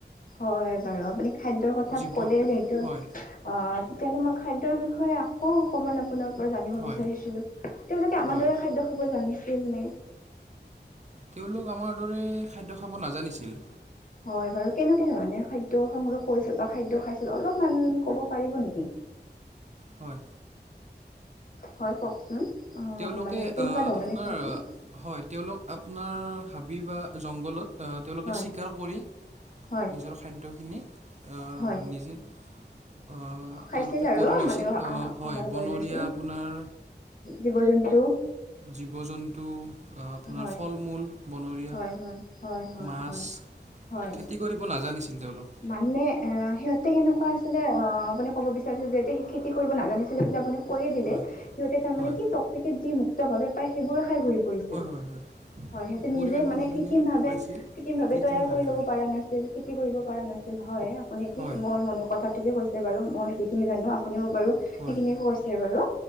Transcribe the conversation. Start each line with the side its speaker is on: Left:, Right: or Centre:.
Left: হয় বাৰু। আপুনি খাদ্যৰ কথা
Right: জীৱ
Left: ক'লে যিহেতু অঁ
Right: হয়
Left: তেতিয়াহ'লে মই খাদ্যৰ বিষয়ে আকৌ অকমান আপো আপোনাৰ পৰা জানিব
Right: হয়
Left: বিচাৰিছিলোঁ। তেওঁলোকে আমাৰ
Right: হয়
Left: দৰে খাদ্য খাব জানিছিল নে?
Right: তেওঁলোক আমাৰ দৰে খাদ্য খাব নাজানিছিল।
Left: হয় বাৰু কেনেকে ধৰণে খাদ্য সংগ্ৰহ কৰিছিল বা খাদ্য খাইছিল অলপমান ক'ব পাৰিব নেকি?
Right: হয়।
Left: হয় কওঁকচোন অ',
Right: তেওঁলোকে
Left: মানে কেনেকুৱা ধৰণে
Right: আপোনাৰ
Left: খাইছিল।
Right: হয় তেওঁলোক আপনাৰ হাবি বা জংঘলত আ তেওঁলোকে
Left: হয়
Right: স্বীকাৰ কৰি
Left: হয়
Right: নিজৰ খাদ্যখিনি আ
Left: হয়
Right: নিজে আহ
Left: খাইছিল
Right: তেওঁলোকে
Left: আৰু
Right: কৰি লৈছিল,
Left: মানে
Right: হয়
Left: আহাৰ
Right: বনৰীয়া
Left: কৰি লৈছিল
Right: আপোনাৰ
Left: জীৱ জন্তু
Right: জীৱ জন্তু আ আপোনাৰ
Left: হয়
Right: ফল মূল। বনৰীয়া
Left: হয় হয় হয় হয়
Right: মাছ,
Left: হয় হয়
Right: খেতি কৰিব নাজানিছিল তেওঁলোক।
Left: মানে এ সিহঁতে কেনেকুৱা আছিলে অ', মানে ক'ব বিচাৰিছিল যিহেতু খেতি কৰিব নাজানিছিলে বুলি আপুনি কৈয়ে দিলে
Right: হয়
Left: সিহঁতে তাৰ
Right: হয়
Left: মানে কি প্ৰকৃতিত জি মোক মুক্তভাৱে পায় সেইবোৰে খাই ঘূৰি ফুৰিছিল।
Right: হয় হয় হয়
Left: হয় সেইটো
Right: পৰিৱেশত
Left: নিজে মানে
Right: যিখিনি
Left: কৃত্ৰিম ভাৱে
Right: পাইছিল
Left: কৃত্ৰিম ভাৱে
Right: কৃত্ৰিমভাৱে
Left: তৈয়াৰ কৰি ল'ব
Right: হয়
Left: পাৰা নাছিল। খেতি কৰিব পাৰা নাছিল হয়, আপুনি ঠিক
Right: হয়
Left: মোৰ মনৰ কথাটোকে কৈছে বাৰু মই যিখিনি জানো আপুনিও বাৰু সেইখিনিকে
Right: হয়
Left: কৈছে বাৰু।